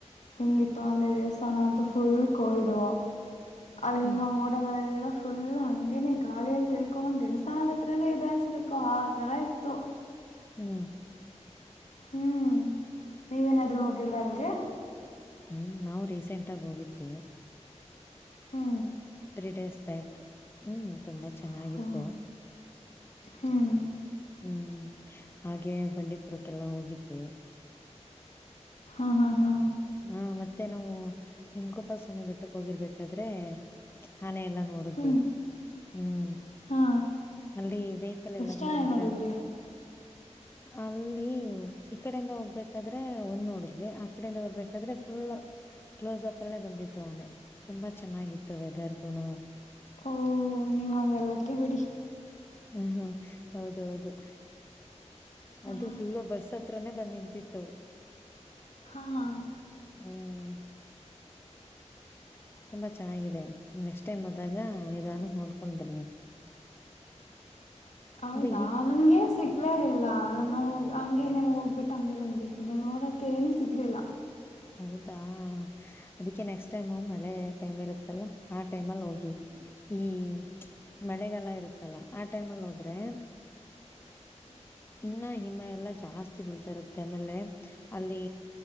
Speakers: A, on the left; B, on the left.
A: ಹೆಂಗಿತ್ತು ಅಂದ್ರೆ ದೇಸ್ ಸ್ತಾನಂತು ಫುಲ್ ಕೋಲ್ಡೂ ಅಲ್ಲಿನ
B: ಹ್ಮ್
A: ಮೋಡಗಳೆಲ್ಲ ಫುಲ್ ಹಂಗೇನೆ ಗಾಳಿಯಲ್ಲಿ ತೇಲ್ಕೊಂದ್ ದೇವಸ್ಥಾನದ ಹತ್ರನೇ ಇದೆ ಅನ್ಸ್ಬೇಕು ಆ ತರ ಇತ್ತು.
B: ಹ್ಮ್
A: ಹ್ಮ್ ನೀವೇನಾದ್ರು ಹೋಗಿದ್ರ ಅಲ್ಗೆ?
B: ಹ್ಮ್ ನಾವು ರೀಸೆಂಟಾಗ್ ಹೋಗಿದ್ವಿ.
A: ಹ್ಮ
B: ತ್ರೀ ಡೇಸ್ ಬ್ಯಾಕ್. ಹ್ಮ್ ತುಂಬಾ ಚೆನ್ನಾಗಿತ್ತು
A: ಹ ಹ್ಮ್
B: ಹ್ಮ್ ಹಾಗೆ ಬಂಡೀಪುರಕ್ಕೆಲ್ಲಾ ಹೋಗಿದ್ವಿ. <inaudible>
A: ಹಾ ಹಾ ಹಾ
B: ಹಾ ಮತ್ತೆ ನಾವು ಹಿಂಗ್ ಗೋಪಾಲ್ಸ್ವಾಮಿ ಬೆಟ್ಟಕ್ ಹೋಗಿರ್ಬೇಕಾದ್ರೆ ಆನೆ ಎಲ್ಲ ನೋಡಿದ್ವಿ
A: ಹ್ಮ್
B: ಹ್ಮ್
A: ಹಾ
B: ಅಲ್ಲಿ ವೆಹಿಕಲೆಲ್ಲ
A: ಎಷ್ಟ್ ಜನ
B: ಮೇಲ್ ಬಿಡಲ್ಲ
A: ನೋಡಿದ್ರಿ
B: ಅಲ್ಲಿ ಈ ಕಡೆಯಿಂದ ಹೋಗ್ಬೇಕಾದ್ರೆ ಒಂದ್ ನೋಡಿದ್ವಿ ಆ ಕಡೆಯಿಂದ ಬರ್ಬೇಕ್ ಕಾದ್ರೆ ಫುಲ್ ಕ್ಲೋಸಪ್ ಅಲ್ಲೇ ಬಂದಿತ್ತು ಆನೆ ತುಂಬಾ ಚೆನ್ನಾಗಿತ್ತು ವೆದರ್ಗುನು
A: ಓ ನೀವಾಂಗರ್ ಲ್ಲಕ್ಕಿ ಬಿಡಿ.
B: ಹ ಹಾ ಹೌದು ಹೌದು.
A: ಹಾ
B: ಅದು ಫುಲ್ ಬಸ್ ಹತ್ರಾನೇ ಬಂದ್ನಿನ್ ದಿತ್ತು.
A: ಹಾ ಹಾ
B: ಹ್ಮ್ ತ್ತಲ್ಲ ಚೆನ್ನಾಗಿದೆ ನೆಕ್ಸ್ಟ್ ಟೈಮ್ ಹೋದಾಗ ನಿಧಾನಕ್ ನೋಡ್ಕೊಂಡ್ ಬನ್ನಿ.
A: ಹೌದಾ
B: ಅದು ಈ
A: ನನ್ಗೆ ಸಿಗ್ಲೇ ಇಲ್ಲ ನಾವ್ ಹೋಗ್ ಹಂಗೇನೆ ಹೋಗ್ಬಿಟ್ಟು ಹಂಗೆ ಬಂದ್ಬಿಟ್ವಿ ನಾಮ್ಗ್ ನೋಡೋಕ್ಕೆ ಏನು ಸಿಗ್ಲಿಲ್ಲ.
B: ಹಾ ಅದಕ್ಕೆ ನೆಕ್ಸ್ಟ್ ಟೈಮ್ ಮಳೆ ಟೈಮ್ ಇರುತ್ತಲ್ಲ ಆ ಟೈಮಲ್ಲಿ ಹೋಗಿ ಈ ಮಳೆಗಾಲ ಇರುತ್ತ್ ತಲ್ಲ ಆ ಟೈಮಲ್ ಹೋದ್ರೆ. ಇನ್ನ ಹಿಮ ಎಲ್ಲಾ ಜಾಸ್ತಿ ಬೀಳ್ತಾ ಇರುತ್ತೆ ಆಮೇಲೆ ಅಲ್ಲಿ